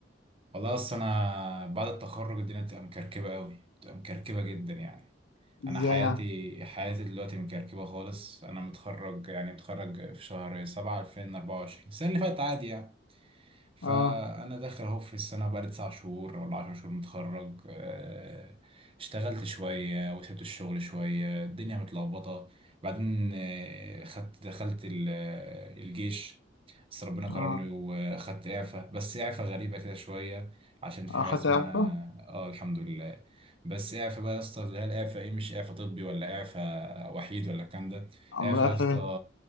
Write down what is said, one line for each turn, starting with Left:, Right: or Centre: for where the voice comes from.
Right: والله أصل أنا بعد التخرج الدنيا بتبقى مكركبة أوي بتبقى مكركبة جدا يعني
Left: ازاي
Right: انا حياتي
Left: يعني
Right: حياتي دلوقتي مكركبه خالص انا متخرج يعني متخرج في شهر سبعة 2024 السنه اللي فاتت عادي يعني فانا
Left: اه
Right: داخل اهو في السنه بقالي تسع شهور ولا عشر شهور متخرج آه، اشتغلت شويه وسبت الشغل شويه الدنيا متلخبطه بعدين آه، خدت دخلت ال- آه، الجيش بس ربنا كرمني
Left: اه
Right: واخدت اعفاء بس اعفاء غريبه كده شويه عشان في
Left: اخدت
Right: حاجه اسمها
Left: اعفاء
Right: اه الحمد لله بس اعفاء بقى يا اسطى اللي هي الاعفاء ايه مش اعفاء طبي ولا اعفاء وحيد ولا الكلام ده
Left: امال
Right: اعفى
Left: اعفاء
Right: يا اسطى
Left: ايه